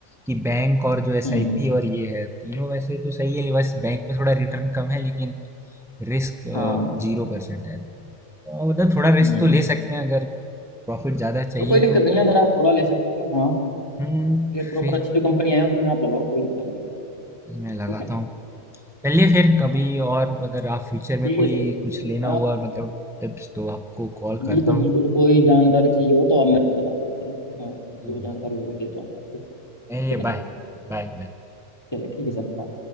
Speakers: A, in the centre; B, on the left (about 20°).
A: कि बैंक और जो एसआईपी
B: हम्म
A: और ये है तीनों वैसे तो सही है बस बैंक पे थोड़ा रिटर्न कम है लेकिन रिस्क
B: हाँ
A: जीरो परसेंट है तो मतलब थोड़ा रिस्क
B: हम्म
A: तो ले सकते हैं अगर प्रॉफिट ज़्यादा चाहिए
B: तो कोई दिक्कत
A: तो
B: नहीं है अगर आप थोड़ा ले सकते हो तो हाँ
A: हम्म
B: फिर प्रॉपर
A: फिर
B: अच्छी जो कंपनी है उनमें आप लगाओ कोई दिक्कत नहीं है
A: मैं लगाता
B: ठीक है
A: हूँ चलिए फिर कभी
B: हाँ
A: और
B: चलो
A: अगर आप फ्यूचर
B: ठीक
A: में
B: है
A: कोई
B: सर
A: कुछ लेना
B: आप
A: हुआ मतलब टिप्स तो आपको कॉल करता
B: बिल्कुल बिल्कुल
A: हूँ
B: कोई जानकारी चाहिए हो तो आप मेरे को बता सकते हैं मैं
A: चलिए,
B: जो जानकारी होगी दे दूंगा आपको ठीक
A: बाय
B: है
A: Bye bye
B: चलिए ठीक है सर बाय